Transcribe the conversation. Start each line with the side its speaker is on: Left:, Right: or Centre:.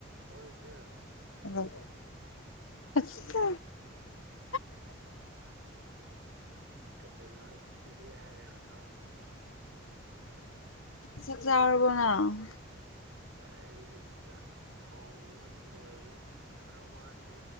Right: ꯍꯣꯏ ꯆꯦ
Left: ꯑꯥ
Right: ꯀꯩꯅꯣ ꯏꯆꯦ ꯍꯥꯏꯔꯒ ꯌꯥꯎꯔꯤꯗꯨꯕꯣ
Left: ꯆꯥꯛ ꯆꯥꯔꯕꯣꯅꯪ
Right: ꯀꯥꯏꯗꯒꯤ ꯆꯥꯛ ꯊꯣꯡꯕꯗꯤ ꯂꯣꯏꯔꯦ ꯈꯔ ꯋꯥꯠꯂꯤ